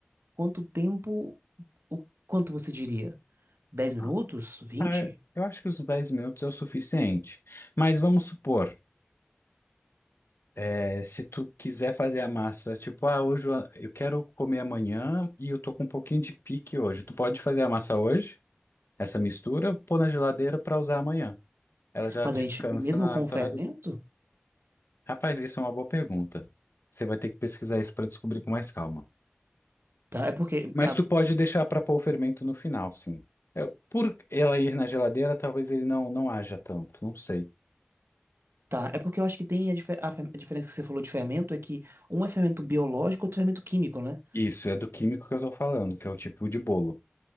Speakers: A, on the right; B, on the left.
A: Quanto tempo, o quanto você diria? dez minutos?
B: Ah,
A: vinte
B: é, eu acho que os dez minutos é o suficiente. Mas vamos supor, é, se tu quiser fazer a massa, tipo, ah, hoje eu eu quero comer amanhã e eu tô com um pouquinho de pique hoje. Tu pode fazer a massa hoje? Essa mistura, eu pôr na geladeira para usar amanhã. Ela já
A: Mas
B: descansa
A: a gente, mesmo
B: na
A: com
B: naturalidade.
A: o fermento,
B: Rapaz, isso é uma boa pergunta. Você vai ter que pesquisar isso para descobrir com mais calma.
A: tá? É porque
B: Mas
A: a-
B: tu pode deixar para pôr o fermento no final, sim. É, por ela ir na geladeira, talvez ele não, não haja tanto, não sei.
A: tá, é porque eu acho que tem a, dife- a fer- a diferença que você falou de fermento é que um é fermento biológico, outro é fermento químico, né?
B: Isso, é do químico que eu tô falando, que é o tipo de bolo.